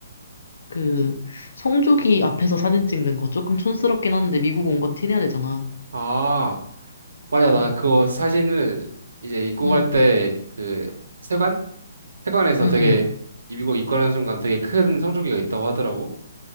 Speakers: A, on the left; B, on the right.
A: 그, 성조기 앞에서 사진 찍는 거 조금 촌스럽긴 한데 미국 온 건 티내야 되잖아.
B: 아, 맞아. 나
A: 응,
B: 그거 사진을 이제 입고
A: 응,
B: 갈 때 그 세관? 세관에서
A: 응,
B: 되게
A: 응.
B: 미국 입관하는 순간 되게 큰 성조기가 있다고 하더라고.